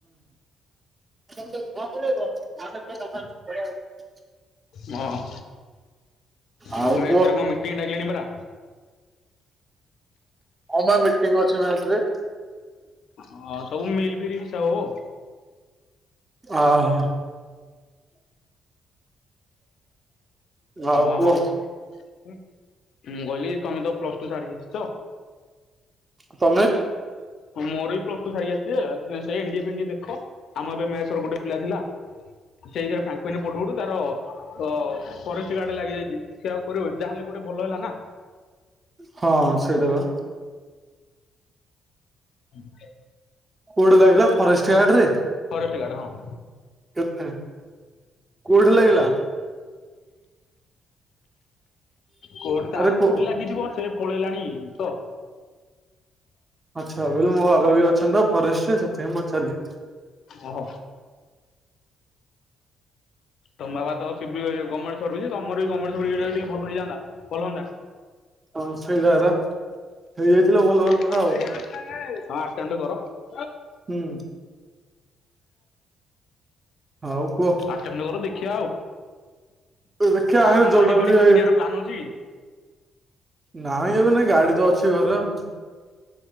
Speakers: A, on the right; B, on the left.
A: <inaudible>
B: ହଁ
A: ଆଉ
B: ହଉ ମେସେରେ
A: କୁହ
B: କଣ ମିଟିଂ ଡାକିଲେଣି ପରା।
A: ହଁ ବା ମିଟିଂ ଅଛି ମେସ ରେ।
B: ହଁ ସବୁ ମିଲ ଫିଲ ହିସାବ ହବ।
A: ଓ ହୋ। ଆଉ
B: ହଁ
A: କୁହ।
B: ହଉ ମୁଁ କହିଲି ତମେ ତ ପ୍ଲସ ଟୁ ସାରିକି ଆ
A: ତମେ।
B: ହ ମୋର ବି ପ୍ଲସ ଟୁ ସାରିକି ଆସିଛି ଯେ ସେଇ ଏନ୍ ଡି ଏ ଫେଣ୍ଡିଏ ଦେଖ ଆମ ଏବେ ମେସ ରୁ ଗୋଟେ। ପିଲା ଥିଲା ସେଇଥିରେ ଫାଙ୍କୁଇନ ରେ ପଢୁ ପଢୁ ତାର ଅ ଫରେ ଷ୍ଟ ଗାର୍ଡ ଲାଗିଯାଇଛି ସେ ଆଉ କରିବ କି ଯାହା ହେଲେ ଗୋଟେ ଭଲ ହେଲା ନା।
A: ହଁ ସେଇଟା ବା।
B: ହୁଁ ।
A: କୋଉଠି ଲାଗିଲା ଫରେଷ୍ଟ ଗାର୍ଡ ରେ।
B: ଷ୍ଟ ଗାଡ଼ ହଁ। <inaudible>
A: କେତେ? କୋଉଠି ଲାଗିଲା?
B: କୋଉଠି ତାର
A: ଆରେ କୋ
B: କୋଉଠି ଲାଗିଥିବ ସେ। ପଳେଇଲାଣି ତ।
A: ଆଚ୍ଛା ମୋ ବାବା ବି ଅଛନ୍ତି ତ ଫରେଷ୍ଟରେ ସେଥିପାଇଁ ପଚାରିଲି।
B: ଓହୋ ତମ ବାବା ତ ସିଭିଲ ଏ ଗମେଣ୍ଟ ସର୍ଭିସ ତମର ବି ଗମେଣ୍ଟ ସରଭିସ ରେ ଟିକେ ଭଲ ହେଇଯାନ୍ତା ଭଲ ହନ୍ତା।
A: ହଁ ସେଇଟା ରା ହେଇଯାଇଥିଲେ ଭଲ ହୁଅନ୍ତା
B: ହଁ
A: ଆଉ
B: ଆଷ୍ଟାଣ୍ଡୁ କର।
A: ହୁଁ। ହଉ କୁହ।
B: ଆଟେମ୍ଟ କର ଦେଖିବା ଆଉ
A: ଦେଖିଆ
B: ଆଉ
A: ହାଁ
B: କଣ
A: ଜୋଉଟା
B: ଗାଡି ଫାଡି
A: ରୁ ବି
B: କଣ
A: ହେଇ।
B: କିଣିବାର ପ୍ଲାନ୍ ଅଛି କି
A: ନାହିଁ ଏବେ ନାଇଁ ଗାଡି ତ ଅଛି ଘରେ ଆଉ।